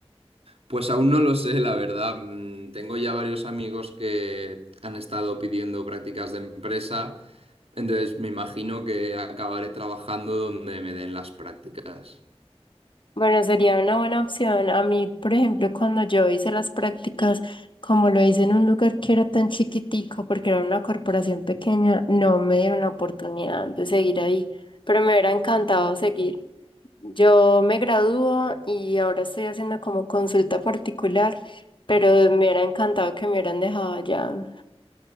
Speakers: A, on the right; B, on the left.
A: Pues aún no lo sé, la verdad. Mm, Tengo ya varios amigos que han estado pidiendo prácticas de empresa. Entonces me imagino que acabaré trabajando donde me den las prácticas.
B: Bueno, sería una buena opción. A mí, por ejemplo, cuando yo hice las prácticas, como lo hice en un lugar que era tan chiquitico, porque era una corporación pequeña, no me dieron la oportunidad de seguir ahí, pero me hubiera encantado seguir. Yo me gradúo y ahora estoy haciendo como consulta particular, pero me hubiera encantado que me hubieran dejado allá.